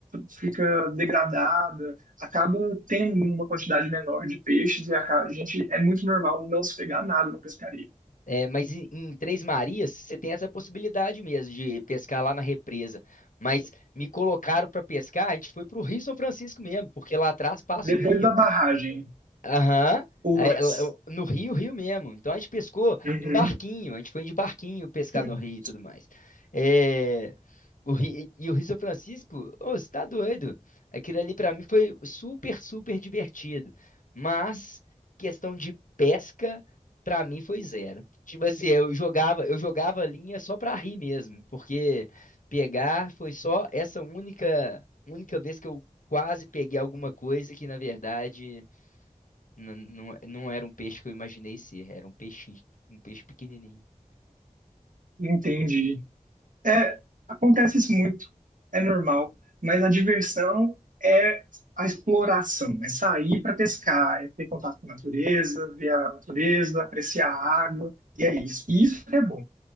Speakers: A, on the right (about 75°); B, on the left (about 75°).
A: fica degradada, acaba tendo uma quantidade menor de peixes e a gente é muito normal não se pegar nada na pescaria.
B: É, mas em, em Três Marias, você tem essa possibilidade mesmo de pescar lá na represa. Mas me colocaram para pescar, a gente foi para o Rio São Francisco mesmo, porque lá atrás passa
A: Depois
B: o rio.
A: da barragem,
B: Aham.
A: ou
B: Aí
A: antes.
B: ela- eu- No Rio, Rio mesmo. Então a gente pescou
A: Uhum,
B: em barquinho, a gente foi de barquinho pescar
A: sim,
B: no Rio e tudo mais. É, o Ri- e o Rio São Francisco, ô, você tá doido? Aquilo ali pra mim foi super, super divertido. Mas questão de pesca, pra mim foi zero. Tipo assim, eu jogava, eu jogava a linha só pra rir mesmo, porque pegar foi só essa única, única vez que eu quase peguei alguma coisa que na verdade. Não, não, não era um peixe que eu imaginei ser, era um peixe, um peixe pequenininho.
A: entendi. É, acontece isso muito, é normal, mas a diversão é a exploração, é sair para pescar, é ter contato com a natureza, ver a natureza, apreciar a água, e é isso. E isso que é bom.